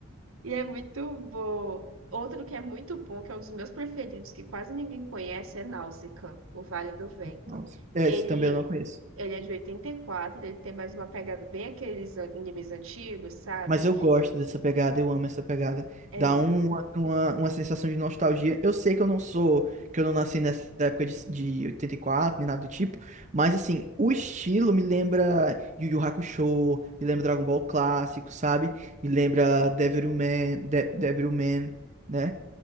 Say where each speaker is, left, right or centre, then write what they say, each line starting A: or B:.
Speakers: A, on the right; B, on the right.
A: E é muito bom. Outro que é muito bom, que é um dos meus preferidos, que quase ninguém conhece, é Náusicaa, o Vale do Vento.
B: Não, É,
A: Ele,
B: esse também eu não conheço.
A: ele é de 84. ele tem mais uma pegada bem aqueles an- animes antigos, sabe?
B: Mas eu gosto dessa pegada, eu amo essa pegada.
A: É
B: Dá
A: muito
B: uma,
A: bom.
B: uma, uma sensação de nostalgia. Eu sei que eu não sou, que eu não nasci nessa época de, de 84 nem nada do tipo, mas assim, o estilo me lembra Yu Yu Hakusho, me lembra Dragon Ball clássico, sabe? Me lembra Devilman, De Devilman, né?